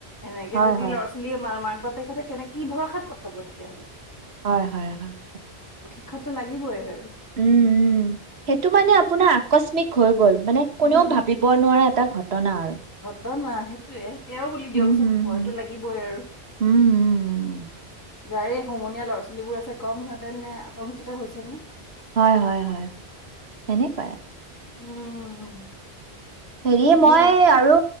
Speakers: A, on the left; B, on the right.
A: এনেকে
B: হয়
A: যদি
B: হয়
A: ল'ৰা ছোৱালী। মা মাক বাপেকহঁতে কেনে কি ভৰসাত পঠাব তেতিয়া হলে।
B: হয়- হয় - হয়
A: শপটো লাগিবই আৰু
B: উম', উ', সেইটো মানে আপোনাৰ আকস্মিক হৈ গ'ল মানে কোনেও
A: উম
B: ভাবিব নোৱাৰা এটা ঘটনা আৰু।
A: টনা সেইটোৱে তেওঁ বুলি দিয়কচোন
B: উম হুম
A: ভয়তো
B: হুম
A: লাগিবই আৰু।
B: উম উম উম
A: যাৰে সমনীয়া ল'ৰা ছোৱালীবোৰ আছে কম সিহঁতে নে আতংকিত হৈ হৈছে নে।
B: হয়- হয় - হয় সেনেকুৱাই।
A: উম',
B: হেৰি
A: কি
B: মই
A: যে
B: আৰু